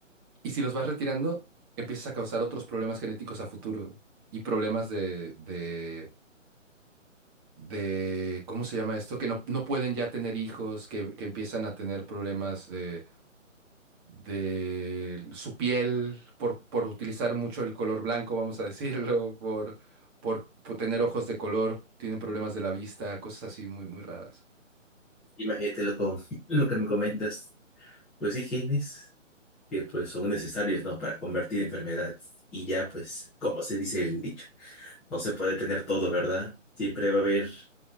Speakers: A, on the right; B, in the centre.
A: Y si los vas retirando, empiezas a causar otros problemas genéticos a futuro y problemas de, de, de, ¿cómo se llama esto? Que no, no pueden ya tener hijos, que, que empiezan a tener problemas de de su piel, por, por utilizar mucho el color blanco, vamos a <laughs> decirlo, por, por, por tener ojos de color, tienen problemas de la vista, cosas así muy, muy raras.
B: Imagínate lo, co- <laughs> lo que me comentas, pues sí, genes que pues son necesarios, ¿no? Para convertir enfermedades. Y ya, pues, como se dice el dicho, no se puede tener todo, ¿verdad? Siempre va a haber